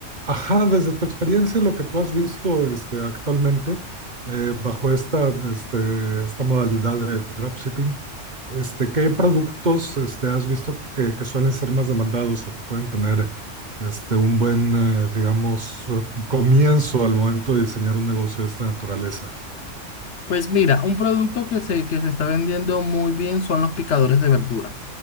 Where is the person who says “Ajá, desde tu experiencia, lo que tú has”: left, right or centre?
Right